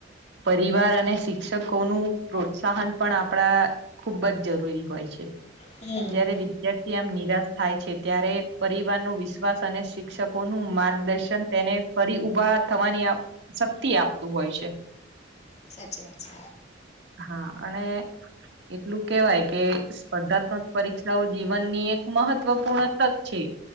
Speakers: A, on the right; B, on the left.
A: પરિવાર અને શિક્ષકોનુંું પ્રોત્સાહન પણ આપણા ખૂબ જ જરૂરી હોય છે
B: હમ
A: જય્યારે વિ્યારથી આમ નિરાશ થાય છે ત્યારે પરિવાર નો વિશ્વાસ અને શિક્ષકોનુંું માર્ગદર્શન તેને ફરી ઉઊભા થવાની શક્તિ આપતું હોય છે
B: સાચી વાત છે
A: હા અને એટલું કેવાય કે સ્પર્ધાત્મક પરીક્ષાઓ જીવનની એક મહત્વપૂર્ણ તક છે